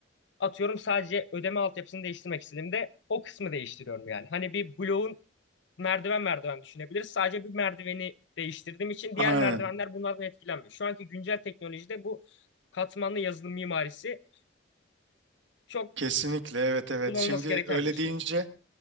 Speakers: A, on the left; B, on the right.
A: Atıyorum sadece ödeme altyapısını değiştirmek istediğimde o kısmı değiştiriyorum yani. Hani bir bloğun merdiven merdiven düşünebiliriz. Sadece bir merdiveni değiştirdiğim için
B: Aynen.
A: diğer merdivenler bunlardan etkilenmiyor. Şu anki güncel teknolojide bu katmanlı yazılım mimarisi çok
B: Kesinlikle evet evet.
A: kullanılması
B: Şimdi
A: gereken
B: öyle
A: bir şey.
B: deyince